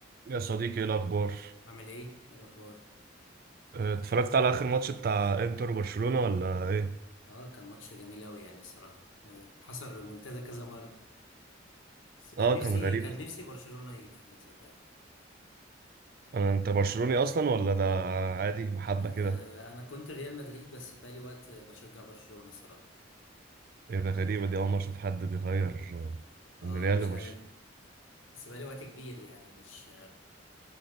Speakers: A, on the right; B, on the left.
A: يا صديقي ايه الاخبار
B: عامل ايه؟ ايه الاخبار؟
A: آه، اتفرجت على اخر ماتش بتاع انتر وبرشلونة ولا ايه
B: اه كان ماتش جميل اوي يعني الصراحة آه حصل ريمونتادا كذا مرة بس كان
A: اه
B: نفسي
A: كان غريب
B: كان نفسي برشلونة يكمل صدقني
A: آه، انت برشلوني اصلا ولا ده عادي محبة
B: آه
A: كده
B: انا كنت ريال مدريد بس بقالي وقت بشجع برشلونة صراحة
A: ايه ده غريبة دي اول مرة اشوف حد بيغير آه،
B: اه
A: من ريال
B: مش
A: لبرشلونة
B: عارف بس بقالي وقت كبير يعني مش